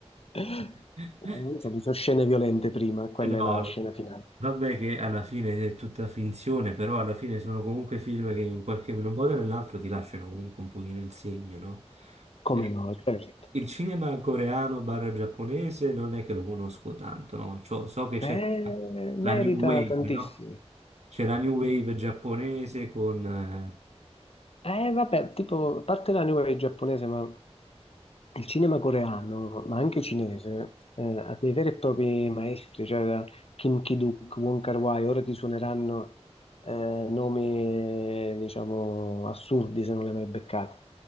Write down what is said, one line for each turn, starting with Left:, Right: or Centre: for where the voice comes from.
Left: <laughs>
Right: <laughs>
Left: Eh, Insomma, ci sono scene violente prima, quella
Right: Eh No,
Left: è la scena finale.
Right: vabbè che alla fine è tutta finzione, però alla fine sono comunque film che in qualche modo o nell'altro ti lasciano comunque un pochino il segno, no?
Left: Come
Right: Ecco,
Left: no, certo.
Right: Il cinema coreano barra giapponese non è che lo conosco tanto, no? C'ho- so che c'è
Left: Eh, merita
Right: la New Wave,
Left: tantissimo.
Right: no? C'è la New Wave giapponese con... eh,
Left: Eh, vabbè, tipo, a parte la New Wave giapponese, ma il cinema coreano, ma anche cinese, eh, ha dei veri e propri maestri, cioè da Kim Ki-duk, Wong Kar-wai, ora ti suoneranno eh, nomi, diciamo, assurdi se non li hai mai beccati.